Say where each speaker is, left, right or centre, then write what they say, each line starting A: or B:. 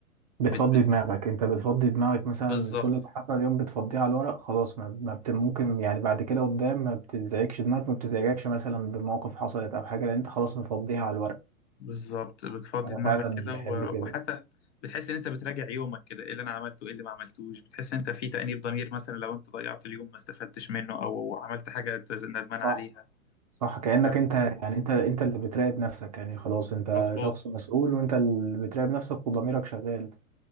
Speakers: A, on the right; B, on the left.
A: بتفضي
B: بت... بت...
A: دماغك انت بتفضي دماغك مثلا
B: بالظبط
A: كل اللي حصل اليوم بتفضيه على الورق خلاص ما, ما بت ممكن يعني بعد كده قدام ما بتزعجش دماغك ما بتزعجكش مثلا بمواقف حصلت او حاجه لان انت خلاص مفضيها على الورق
B: بالظبط بتفضي
A: انا
B: دماغك
A: فعلا
B: كده
A: بحب
B: و-
A: كده
B: وحتى بتحس ان انت بتراجع يومك كده ايه اللي انا عملته ايه اللي ما عملتوش بتحس ان انت في تأنيب ضمير مثلا لو انت ضيعت اليوم ما استفدتش منه او عملت حاجة انت ندمان عليها
A: صح صح كأنك
B: ف-
A: انت يعني انت انت اللي بتراقب نفسك يعني خلاص انت
B: مظبوط
A: شخص مسؤول وانت اللي بتراقب نفسك وضميرك شغال